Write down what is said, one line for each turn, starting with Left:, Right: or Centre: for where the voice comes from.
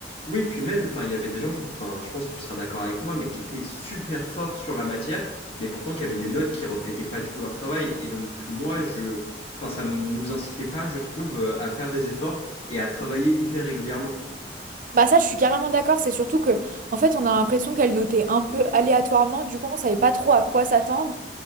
Left: Oui, puis même, enfin, il y avait des gens, enfin, je pense que tu seras d'accord avec moi, mais qui étaient super forts sur la matière, mais pourtant qui avaient des notes qui reflétaient pas du tout leur travail. Et donc moi, je, enfin, ça m- nous incitait pas, je trouve, euh, à faire des efforts et à travailler hyper régulièrement.
Right: Bah ça je suis carrément d'accord c'est surtout que en fait on a l'impression qu'elle notait un peu aléatoirement du coup on savait pas trop à quoi s'attendre